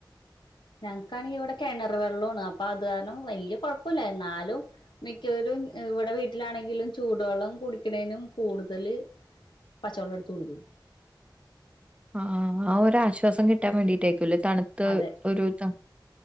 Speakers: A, on the left; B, on the right.
A: ഞൻക്കാണെ ഇവിടെ കെണറ് വെള്ളൊ ന്നാ പാതാരണം വെല്ല്യ കൊഴപ്പൂല്ല എന്നാലും മിക്കവരും അ് ഇവിടെ വീട്ടിലാണെങ്കിലും ചൂടുവെള്ളം കുടിക്കണേനും കൂടുതല് പച്ചവെള്ളം എടുത്ത് കുടിക്കും
B: ആ ആ ഒരാശ്വാസം കിട്ടാൻ വേണ്ടിട്ടേ <unintelligible> തണുത്ത
A: അതെ
B: ഒരു ത